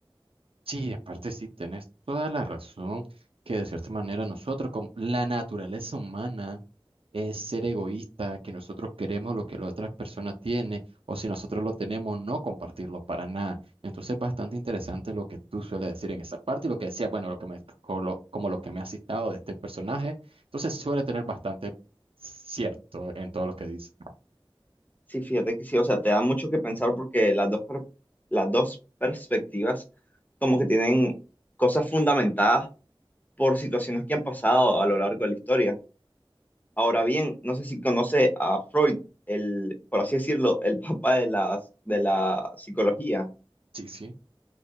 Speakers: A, on the right; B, on the left.
A: Sí, en parte sí, tenés toda la razón que de cierta manera nosotros, como la naturaleza humana, es ser egoísta, que nosotros queremos lo que la otra persona tiene, o si nosotros lo tenemos, no compartirlo para nada. Entonces, es bastante interesante lo que tú sueles decir en esa parte y lo que decía, bueno, lo que me, co- lo- como lo que me has citado de este personaje. Entonces, suele tener bastante cierto en todo lo que dice.
B: Sí, fíjate que sí, o sea, te da mucho que pensar porque las dos, per- las dos perspectivas como que tienen cosas fundamentadas por situaciones que han pasado a lo largo de la historia. Ahora bien, no sé si conoce a Freud, el, por así decirlo, el <laughs> papá de la, de la psicología.
A: Sí, sí.